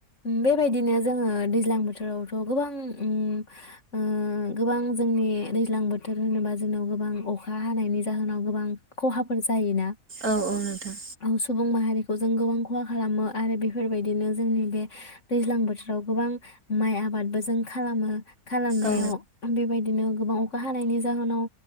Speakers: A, on the left; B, on the right.
A: बेबायदिनो जोङो दैज्लां बोथोरावथ' गोबां उम ओ गोबां जोंनि दैज्लां बोथोर होनोबा जोंनाव गोबां अखा हानायनि जाहोनाव गोबां खहाफोर जायोना
B: औ औ नोंथां
A: औस माहारिखौ जों गोबां खहा खालामो आरो बेफोरबायदिनो जोंनि बे दैज्लां बोथोराव गोबां माइ आबादबो जों खालामो खालामनायाव
B: औ
A: बेबायदि बिदिनो गोबां अखा हानायनि जाहोनाव